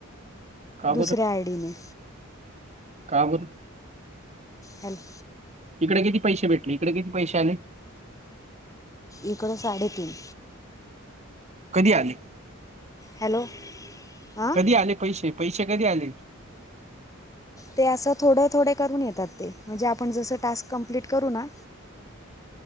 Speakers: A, on the right; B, on the left.
A: का
B: दुसऱ्या आय डी ने.
A: काबर?
B: हॅलो!
A: इकडे किती पैसे भेटले? इकडे किती पैसे आले?
B: इकडं साडेतीन.
A: कधी आले?
B: हॅलो. हां
A: कधी आले पैसे? पैसे कधी आले?
B: ते असं थोडं थोडें करून येतात ते. म्हणजे आपण जसं टास्क कंप्लीट करू ना.